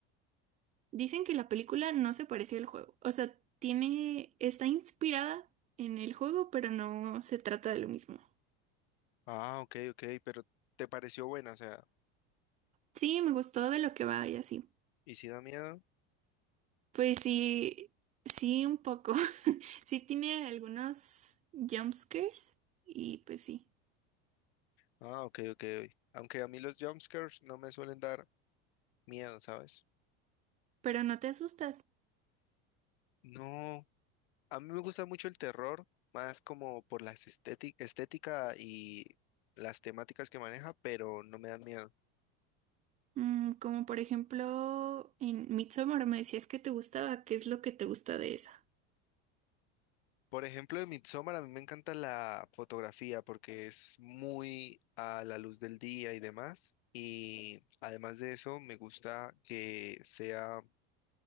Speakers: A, on the right; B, on the left.
A: dicen que la película no se pareció al juego. O sea, tiene está inspirada en el juego, pero no se trata de lo mismo.
B: Ah, ok, ok, pero ¿te pareció buena? O sea,
A: Sí, me gustó de lo que va y así.
B: ¿y si da miedo?
A: Pues sí, sí, un poco. <laughs> Sí tiene algunos jumpscares y pues sí,
B: Ah, ok, ok. ok. Aunque a mí los jumpscares no me suelen dar miedo, ¿sabes?
A: pero no te asustas.
B: No. A mí me gusta mucho el terror, más como por la estética y las temáticas que maneja, pero no me dan miedo.
A: Mm, como por ejemplo en Midsommar me decías que te gustaba, ¿qué es lo que te gusta de esa?
B: Por ejemplo, de Midsommar a mí me encanta la fotografía porque es muy a la luz del día y demás. Y además de eso, me gusta que sea